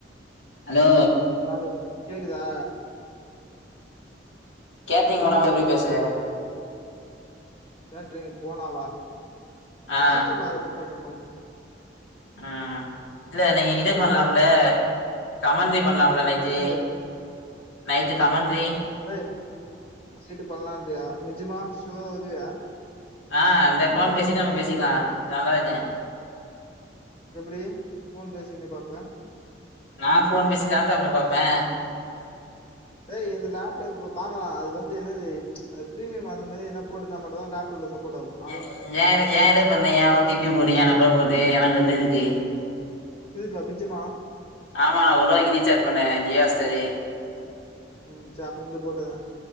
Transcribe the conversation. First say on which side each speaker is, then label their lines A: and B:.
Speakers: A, on the left; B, on the left.
A: ஹலோ
B: நாளு கேக்குதா
A: கேட்ரிங்
B: டேய்
A: போன்னா
B: நீ
A: எப்டி பேசுவ
B: கேட்ரிங் போனாவா
A: ஆ
B: மேச்சு பாக்கறது சொல்ரண்டா
A: உம் இல்ல நீங்க இது பண்ணலாம்ல
B: வருதுடா
A: கமண்டறி பண்ணலாம்ல நைட்டு
B: என்னது
A: நைட்டு கமன்ட்றி
B: டேய், நைட்டு பண்ணுலான்னுரியா நிஜிமா சுரா வரியா?
A: அ இந்த போன் பேசிட்டு நம்ம பேசிக்கலா நல்லது தா
B: எப்டி போன் பேசீயின்னே பாப்ப
A: நா போன் பேசி லேப்டாப்ல பாப்ப
B: ஏய், என்னுது லேப்டாப்புல பாக்கலா. அது வந்து என்னது அந்த பிரிமியும் அந்த மாறி எதுனாது போட்டுருந்த மட்டு தா லேப்டாப்ல சப்போர்ட் ஆகுமா. ஆ
A: எ எய எய இத பண்ண எய ஓடிபி போடு, எய நம்பர போட்டு எனக்கு ரெண்டு இருக்கு
B: இருக்கா நிஜமா
A: ஆமா நா ஒருவாக்கி ரிச்சார்ஜ் பண்ண ஜியோ ஹாட்ஸ்டாரு.
B: ம் சரி அப்போ வந்து போட்டதேன்